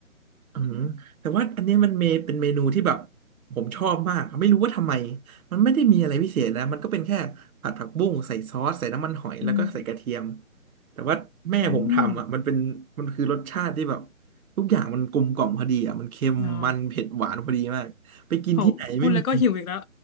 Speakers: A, on the right (about 85°); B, on the left (about 85°).
A: อืมแต่ว่าอันเนี้ยมันเมเป็นเมนูที่แบบผมชอบมากไม่รู้ว่าทำไมมันไม่ได้มีอะไรพิเศษนะมันก็เป็นแค่ผัดผักบุ้งใส่ซอสใส่น้ำมันหอยแล้วก็ใส่กระเทียม
B: อืม
A: แต่ว่าแม่ผมทำอ่ะมันเป็นมันคือรสชาติที่แบบ
B: อืม
A: ทุกอย่างมันกลมกล่อมพอดีอ่ะมันเค็มมันเผ็ดหวานพอดีมากไปกินที่ไหนไม่มี
B: อ่าโหพูดแล้วก็หิวอีกแล้ว